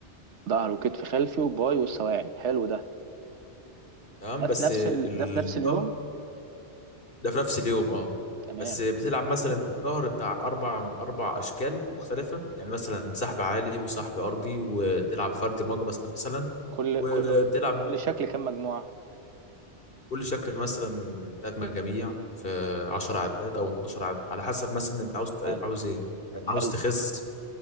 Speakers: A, on the right; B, on the left.
A: ظهر وكتف خلفي وباي والسواعد حلو ده
B: تمام
A: ده
B: بس
A: في نفس
B: الظهر
A: ال... ده في نفس اليوم
B: ده في نفس اليوم اه
A: تمام
B: بس بتلعب مثلا الظهر بتاع أربع أربع أشكال مختلفة يعني مثلا سحب عالي وسحب أرضي وتلعب فردي مجرس مثلا
A: كل
B: وتلعب
A: كل كل شكل كام مجموعه
B: كل شكل مثلا تلات مجاميع في 10 عدات أو 12 عدات على حسب مثلا أنت عاوز
A: حلو
B: عاوز إيه يعني عاوز
A: حلو
B: تخس